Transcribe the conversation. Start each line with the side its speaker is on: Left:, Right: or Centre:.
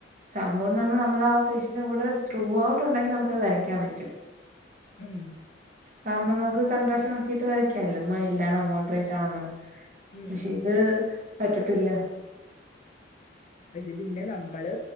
Right: സംഭവംന്ന് പറഞ്ഞാ നമ്മളാ പേഷ്യന്റ് കൂടെ ത്രൂ ഔട്ട് ഉണ്ടെങ്കിൽ നമുക്കത് വരയ്ക്കാൻ പറ്റും
Left: ഉം
Right: കാരണം നമുക്ക് കണ്ട്രാഷനാക്കീട്ട് വരയ്ക്കാല്ലോ മൈൽ ഡാണോ മോഡ്റേറ്റ് ആണോന്ന്
Left: ഉം,
Right: പക്ഷേ
Left: ഉം.
Right: ഇത് പറ്റത്തില്ല
Left: ഇത് പിന്നെ നമ്മള്